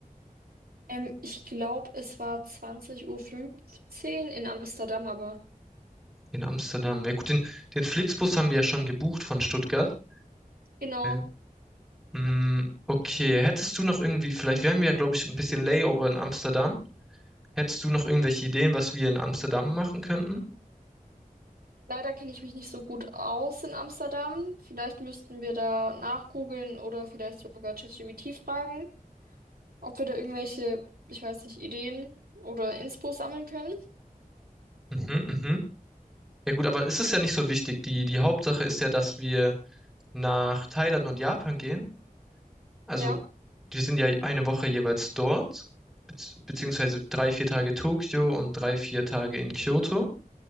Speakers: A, on the right; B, in the centre.
A: Ähm, ich glaube, es war zwanzig Uhr fünfzehn in Amsterdam, aber
B: In Amsterdam. Ja gut, den, den Flixbus haben wir ja schon gebucht von Stuttgart.
A: genau.
B: Ja. Mm, okay, hättest du noch irgendwie, vielleicht, wir haben ja, glaube ich, ein bisschen Layover in Amsterdam. Hättest du noch irgendwelche Ideen, was wir in Amsterdam machen könnten?
A: Leider kenne ich mich nicht so gut aus in Amsterdam. Vielleicht müssten wir da nachgoogeln oder vielleicht sogar ChatGPT fragen, ob wir da irgendwelche, ich weiß nicht, Ideen oder Inspo sammeln können.
B: Mhm, mhm. Ja gut, aber es ist ja nicht so wichtig. Die, die Hauptsache ist ja, dass wir nach Thailand und Japan gehen. Also,
A: Ja,
B: wir sind ja eine Woche jeweils dort, bezieh- beziehungsweise drei, vier Tage Tokio und drei, vier Tage in Kyoto.